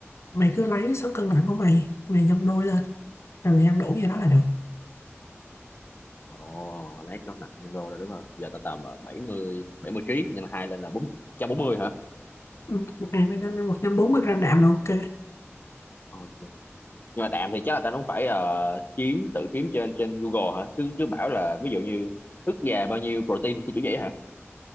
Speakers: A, on the left; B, on the left.
A: mày cứ lấy số cân nặng của mày mày nhân đôi lên rồi mày ăn đủ như đó là được
B: ồ lấy cân nặng nhân đô rồi đúng không giờ tao tầm là bảy mươi bảy mươi ký nhân hai lên là bốn trăm bốn mươi hả
A: Ừ, một ngày mày nên ăn 140 gram đạm là ok
B: ok nhưng mà đạm thì chắc là tao cũng phải ờ, kiếm tự kiếm trên trên Google hả chứ chứ bảo là ví dụ như ức gà bao nhiêu protein cái kiểu vậy hả